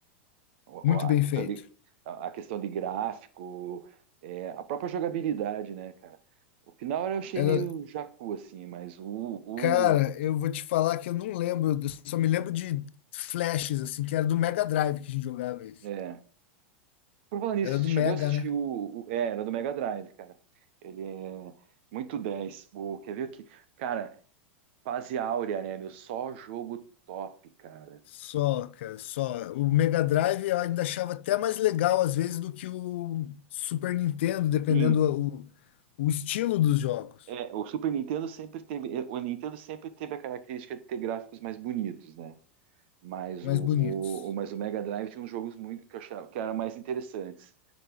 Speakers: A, on the right; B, on the left.
A: O-
B: Muito
A: o- A
B: bem
A: questão
B: feito.
A: de, a a questão de gráfico, é, a própria jogabilidade, né, cara? O final eu achei
B: Era-
A: meio jacu, assim, mas o, o
B: cara, eu vou te falar que eu não lembro, eu só me lembro de flashes, assim, que era do Mega Drive que a gente jogava isso.
A: é. Por falar nisso,
B: Era do
A: você chegou
B: Mega,
A: a assistir
B: né?
A: o, o- é, era do Mega Drive, cara. Ele é muito dez O, quer ver o que? Cara, fase áurea, né, meu? Só jogo top, cara.
B: Só, cara, só. O Mega Drive eu ainda achava até mais legal, às vezes, do que o Super Nintendo, dependendo
A: Sim.
B: o, o estilo dos jogos,
A: É, o Super Nintendo sempre teve, é, o Nintendo sempre teve a característica de ter gráficos mais bonitos, né? Mas
B: mais
A: o,
B: bonitos.
A: o, o- mas o Mega Drive tinha uns jogos muito que eu achava que eram mais interessantes.